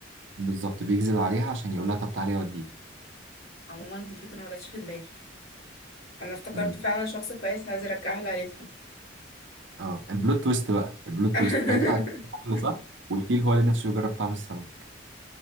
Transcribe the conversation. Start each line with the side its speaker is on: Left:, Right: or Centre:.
Right: بالظبط بيكذب عليها عشان يقول لها طب تعالي اوديكي
Left: عموما دي فكرة ما جاتش في دماغي انا افتكرت
Right: امم.
Left: فعلا شخص كويس عايز يرجعها لعيلتها
Right: اه البلوت تويست بقى البلوت
Left: <laughs>
Right: تويست هيطلع الطائر صح والفيل هو اللي نفسه يجرب طعم السمك